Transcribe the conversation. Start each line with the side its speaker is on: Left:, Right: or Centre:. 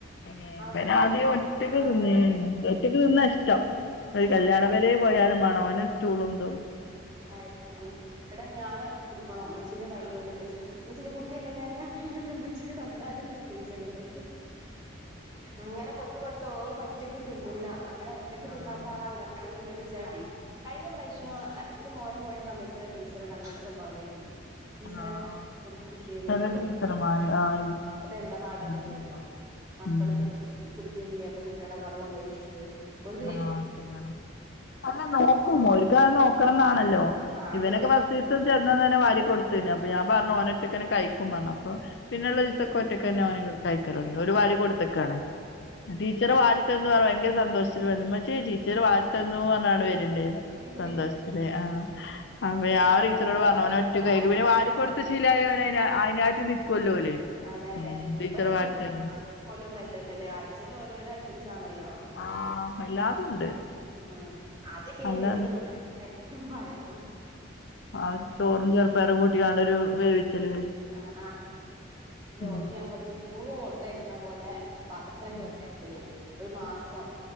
Left: ഏഹ്
Right: അവിടെ
Left: ഇവാൻ
Right: പോയാ
Left: ആദ്യം ഒറ്റക്ക്
Right: ആ
Left: തിന്നെനു ഒറ്റയ്ക്ക് തിന്നാ ഇഷ്ടം ഒരു
Right: അത്
Left: കല്യാണപരെ പോയാലും മണോ ഓൻ സ്റ്റൂളുന്തും
Right: അഴി ശരി ഇവടെ ഞാൻ കൊടുക്കണം ഉമ്മച്ചിന്റെ കൈ കൊണ്ട് ഉമ്മച്ചിന്റെ കുട്ടിയല്ലേ ഞാൻ പിന്നെന്താ ഉമ്മച്ചിക്ക് തന്നാലന്ന ചോയിച്ചെ ന്നിട്ട് അങ്ങനെ കൊടുത്ത് കൊടുത്ത് ഓൾ പ ഒറ്റക്ക് തിന്നൂല അങ്ങനെ ഒറ്റക്ക്
Left: ആഹ്
Right: തിന്നാത്ത ആളെ അംഗൻവാടി കൊണ്ടങ്ങ് <unintelligible> കഴിഞ്ഞ പ്രാവശ്യം
Left: ശരി
Right: എന്റെ മോന് പോയ സമയത്തുള്ള ടീച്ചറെ നല്ലൊരു സ്വഭാവയിരുന്നു. ടീച്ചർനെ
Left: ആഹ്
Right: കൊടുക്ക ചെയുനെ
Left: ചെല
Right: ഇത്
Left: ടീച്ചർമാര് ആഹ്
Right: ഇപ്പത്തെ എന്താ പാട അറിയില്ലല്ലോ
Left: ആഹ്
Right: മക്കള്
Left: ഉം
Right: തിന്നു കുടിക്കു ചെയ്യാത്ത കുട്ടികളെ കവിട കൊണ്ടുപോയി ഇട്ടിട് ഓല്ക്ക് ദേഷ്യം
Left: ആഹ് ശരിയാണ് അല്ല നോക്കും ഒരിക്കത് നോക്കണംന്നാണല്ലോ
Right: ആണ്
Left: ഇവനൊക്കെ ഫസ്റ്റ്സ ചെന്ന തന്നെ വാരി കൊടു ത്തിന് അപ്പോ ഞാ പറഞ്ഞു ഓന ഒറ്റക്കനെ കഴിക്കും പറഞ്ഞു അപ്പോ പിന്നുള്ള ദിവസെ ഒറ്റക്കെനെ ഓൻ കയിക്ക തുടങ്ങി ഒരു വാരി കൊടുത്തക്കാണ് ടീച്ചറ് വാരി തേരുന്ന് പറഞ്ഞ ഭയങ്കര സന്തോ ഉമ്മച്ചി ടീച്ചർ വാരി തന്നു പറഞ്ഞാണ്ട് വരിണ്ട്
Right: ആഹ്
Left: സന്തോഷത്തില് അഹ് ഞാ
Right: ഇപ്പ
Left: ടീച്ചറോട് പറഞ്ഞു അവൻ
Right: കുട്ടികളൊക്കെ
Left: ഒറ്റക് കഴിക്കും പിന്നെ വാരി കൊടുത്ത് ശീലമായി ഓൻ അയിനായിട്ട് നിക്കക്കുവല്ലോ ഓല്
Right: അതെ അതെ
Left: ഉം ടീച്ചർ
Right: ഇപ്പയിന്
Left: വാരിത്തരും
Right: ഫുഡ് പോലും ഒന്നുംല്ലല്ലോല്ലേ ആഴ്ചയിൽ ഓരോരോ ഐറ്റംസ് ആണല്ലോ
Left: ആഹ് വല്ലാതും ഉണ്ട്
Right: ഉം ആദ്യൊക്കെനു
Left: നല്ല
Right: ഒരു ചെറുപ്പായിരി പയറും
Left: ആ ചോറും ചെറുപ്പേയറും കൂട്ടിക്കാണ്ടരു വേവിച്ചല്
Right: അഹ്
Left: ഉം
Right: ഓർക്ക് ഞാൻ ഇവിടുന്ന് സ്കൂൾ പോബോ കൊടുത്തയക്കുന്ന പോലെ പാത്രത്തിൽ
Left: ഉം
Right: കൊടുത്തയ്ക്കലേന്ന് ഒരു മാസം